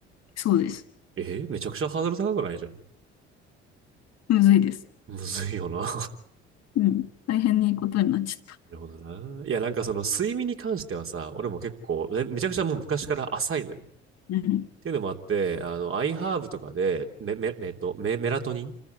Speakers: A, on the left; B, on the right.
A: そうです。
B: えーめちゃくちゃハードル高くないじゃん。
A: むずいです。
B: むずいよな。<laughs> な
A: うん。大変にいいことになっちゃった。
B: るほどな。いや、なんかその睡眠に関してはさ、俺も結構、めめちゃくちゃもう昔から浅いのよ。っ
A: うん。
B: ていうのもあって、あの、iHerb とかで、メ、メ、えっと、メ、メラトニン